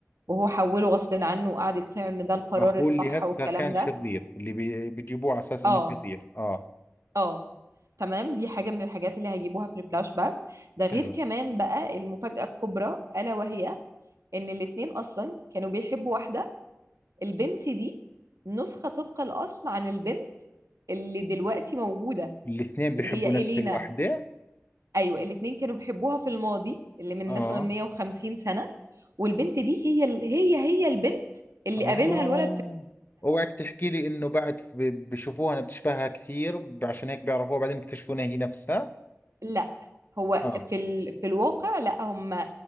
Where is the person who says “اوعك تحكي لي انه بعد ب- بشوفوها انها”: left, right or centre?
Left